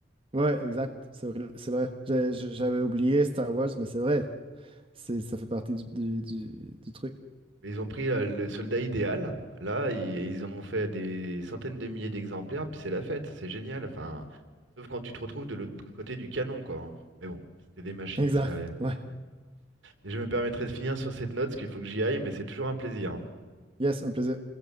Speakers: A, on the right; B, on the right.
A: ouais, exact. C'est vrai. c'est vrai. J'ai- j'ai- J'avais oublié Star Wars, mais c'est vrai. C'est, ça fait partie du, du, du- du truc.
B: Mais Ils ont pris euh, le soldat idéal, là, et ils en ont fait des centaines de milliers d'exemplaires, puis c'est la fête, c'est génial. Enfin, sauf quand tu te retrouves de l'autre b- côté du canon, quoi. hein. Mais bon, c'était des machines,
A: Exact.
B: ça allait.
A: Ouais.
B: Et je me permettrai de finir sur cette note, parce qu'il faut que j'y aille, mais c'est toujours un plaisir. hein.
A: Yes, un plaisir.